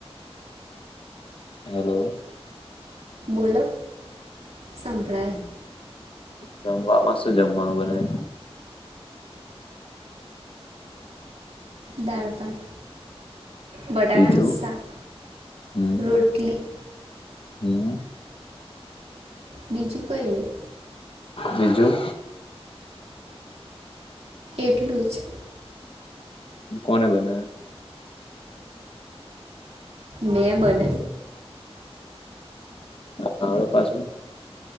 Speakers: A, on the left; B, on the right.
A: હેલો
B: બોલો સંંભળાય.
A: જમવામાં શું જમવાનું બનાયુ.
B: દાળ ભાથ બટાકાનું
A: બીજું
B: શાક
A: હમ
B: રોટલી.
A: હમ
B: બીજું કઈ નહીં
A: બીજું
B: એટલું જ
A: કોને બનાયા
B: મેં બના
A: હ આવળો પાછું?